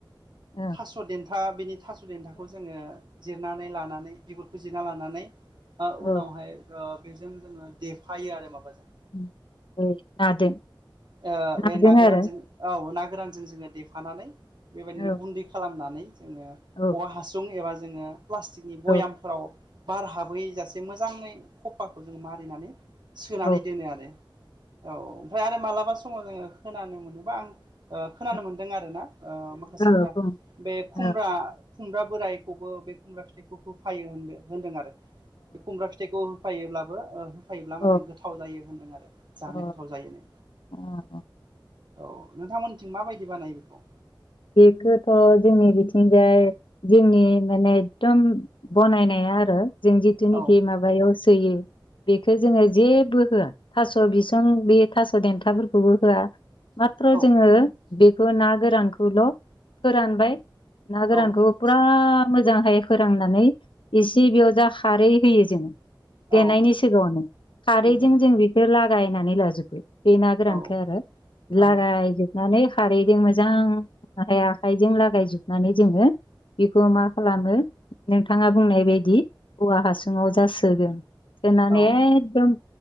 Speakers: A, on the left; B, on the right.
A: <unintelligible>
B: थास' देन्था बेनि थास' देन्थाखौ जोंङो जिरनानै लानानै बिगुरखौ जिरना लानानै
A: औ
B: उनावहाय ओ बेजों जोंङो देफायो आरो माबाजों।
A: <unintelligible>
B: ओ
A: नाजों
B: बे ना गोरानजों
A: आरो
B: औ ना गोरानजों जोंङो देफानानै बेबायदिनो
A: औ
B: गुन्दै खालामनानै जोंङो
A: औ
B: औवा हासुं एबा जोंङो प्लास्टिकनि बयामफोराव
A: औ
B: बार हाबै जासे मोजाङै हफाखौ जों मारिनानै सोनानै
A: औ
B: दोनो आरो औ ओमफ्राय आरो मालाबा समाव जोंङो खोनानो मोनोबा आं खोनानो
A: औ
B: मोनदों आरोना ओ माखासिफ्रा
A: ओ बुं
B: बे खुमब्रा
A: ओ अ
B: खुमब्रा बोरायखौबो बे खुमब्रा फिथाइखौ होफायो होनदों होनदों आरो। बे खुमब्रा फिथाइखौ होफायोब्लाबो ओ फायोब्ला माने
A: अ
B: गोथाव जायो होन्दों आरो जानो
A: अ
B: गोथाव जायोनो।
A: अ अ
B: औ नोंथांमोननिथिं माबायदि बानायो बेखौ?
A: बेखौथ जोंनि बिथिजाय जोंनि माने एदम बनायनाया आरो जों जिथुनिखि
B: औ
A: माबायाव सोयो बेखौ जोंङो जेबो होआ थास' बिसं बे थास' देन्थाफोरखौबो होआ। माथ्र
B: औ
A: जोंङो बेखौ ना गोरानखौल' फोरानबाय ना गोरानखौ
B: औ
A: फुरा मोजांहाय फोरांनानै एसे बेयाव जा खारै होयो जोंङो। देनायनि
B: औ
A: सिगाङावनो खारैजों
B: नंगौ
A: जों बेखौ लागायनानै लाजोबो। बे ना गोरानखौ
B: औ
A: आरो
B: औ
A: लागायजोबनानै खारैजों मोजां आखाय आखाइजों लागायजोबनानै जोंङो बेखौ मा खालामो नोंथाङा बुंनाय बायदि औवा हासुङाव जा सोगोन। सोनानै
B: औ
A: एदम